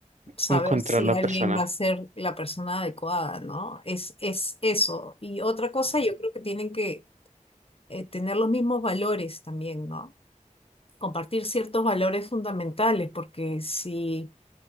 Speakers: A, on the left (about 45°); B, on the right (about 60°).
A: saber
B: encontrar
A: si
B: la
A: alguien
B: persona.
A: va a ser la persona adecuada, ¿no? Es, es eso. Y otra cosa, yo creo que tienen que eh, tener los mismos valores también, ¿no? Compartir ciertos valores fundamentales, porque si,